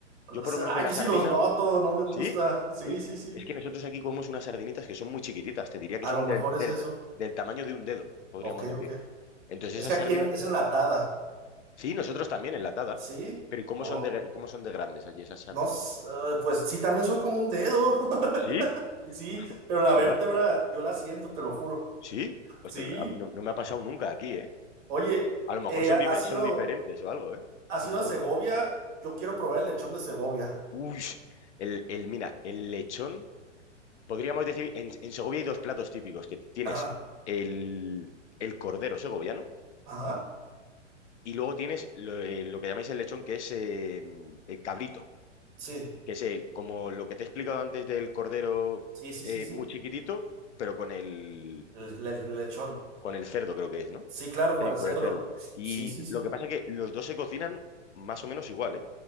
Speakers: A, on the right; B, on the left.
A: O
B: Yo por
A: sea,
B: lo menos
A: ah,
B: en la
A: yo sí
B: sardina,
A: los noto, no me gusta.
B: ¿sí?
A: Sí,
B: Uy,
A: sí, sí.
B: Es que nosotros aquí comemos unas sardinitas que son muy chiquititas, te diría que
A: A
B: son
A: lo mejor
B: del, del,
A: es eso.
B: del tamaño de un dedo, podríamos
A: Ok,
B: decir.
A: ok.
B: Entonces
A: Es
B: esas
A: que aquí
B: sardinas,
A: en- es enlatada.
B: sí, nosotros también enlatada,
A: ¿Sí?
B: pero ¿y cómo
A: Oh,
B: son de, cómo son de grandes allí esas sardinas?
A: no, s- eh, pues sí, también soy como un dedo. <laughs>
B: ¿Sí?
A: Sí,
B: <laughs>
A: pero la
B: Anda.
A: vértebra yo la siento, te lo juro.
B: ¿Sí? Hostia,
A: Sí.
B: a mí no, no me ha pasado nunca aquí, ¿eh?
A: Oye,
B: A lo mejor
A: eh,
B: son,
A: ¿has
B: dife-
A: ido,
B: son diferentes o algo, ¿eh?
A: has
B: No
A: ido
B: sé, no
A: a Segovia? Yo quiero probar el lechón de Segovia.
B: Uy, el, el, mira, el lechón, podríamos decir, en, en Segovia hay dos platos típicos, que tienes
A: Ajá,
B: el, el cordero segoviano
A: ajá.
B: y luego tienes lo, eh, lo que llamáis el lechón, que es eh, el cabrito,
A: Sí,
B: que es eh, como lo que te he explicado antes del cordero
A: sí, sí,
B: eh,
A: sí, sí.
B: muy chiquitito, pero con el,
A: el el- el lechón.
B: Con el cerdo creo que es, ¿no?
A: Sí, claro,
B: Sí,
A: con el
B: con
A: cerdo.
B: el cerdo. Y
A: Sí, sí,
B: lo
A: sí.
B: que pasa es que los dos se cocinan más o menos igual, ¿eh?